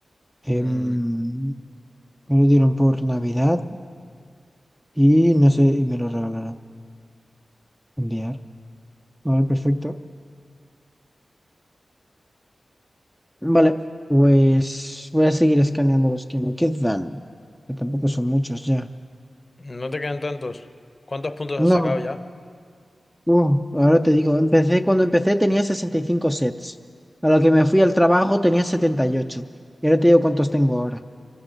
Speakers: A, in the centre; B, on the left.
A: Em,
B: Mm,
A: me lo dieron por Navidad y no sé, y me lo regalaron. Enviar. Vale, perfecto. Vale, pues voy a seguir escaneando los que me quedan, que tampoco son muchos ya.
B: no te quedan tantos. ¿Cuántos puntos
A: No,
B: has sacado ya?
A: Uh, ahora te digo, empecé, cuando empecé tenía 65 sets. A lo que me fui al trabajo tenía 78. Y ocho. Y ahora te digo cuántos tengo ahora.